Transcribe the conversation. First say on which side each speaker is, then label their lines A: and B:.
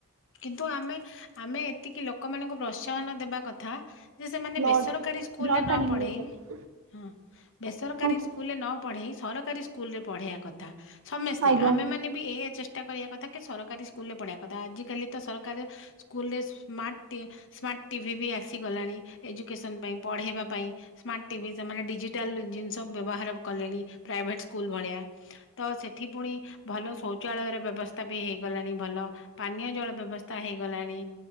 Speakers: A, on the left (about 60°); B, on the right (about 65°).
A: କିନ୍ତୁ ଆମେ ଆମେ ଏତିକି ଲୋକମାନଙ୍କୁ ପ୍ରୋତ୍ସାହନ ଦେବା କଥା। ଯେ ସେମାନେ
B: ବ୍ଲଡ୍
A: ବେସରକାରୀ ସ୍କୁଲରେ
B: ବ୍ଲଡ୍
A: ନ
B: ଟାଣିବାକୁ
A: ପଢ଼େଇ
B: ଯାଇଛନ୍ତି
A: ହଁ ବେସରକାରୀ
B: ହଁ କୁ
A: ସ୍କୁଲରେ ନ ପଢେଇ ସରକାରୀ ସ୍କୁଲରେ ପଢେଇବା କଥା ସମସ୍ତେ
B: ଆଜ୍ଞା
A: ଆମେ ମାନେ ବି ଏୟା ଚେଷ୍ଟା କରିବା କଥା। ସରକାରୀ ସ୍କୁଲ ରେ ପଢେଆ କଥା ଆଜିିକାଲି। ସରକାରେ ସ୍କୁଲ ରେ ସ ସ୍ମାର୍ଟ ଟି ସ୍ମାର୍ଟ ଟି ଭି ବି ଆସିଗଲାଣି। ଏଜୁକେସନ ପାଇଁ ପଢେଇବା ପାଇଁ ସ୍ମାର୍ଟ ଟି ଭି ସେମାନେ ଡି ଡିଜିଟାଲ୍ ଜିନିଷ ବ୍ୟବହାର କଲେଣି ପ୍ରାଇଭେଟ୍ ସ୍କୁଲ୍ ଭଳିଆ। ତ ସେଠି ପୁଣି, ଭଲ ଶୌଚାଳୟ ର ବ୍ୟବସ୍ଥା ବି ହେଇଗଲାଣି ଭଲ, ପାନୀୟ ଜଳ ବ୍ୟବ ବ୍ୟବସ୍ଥା ହେଇଗଲାଣି।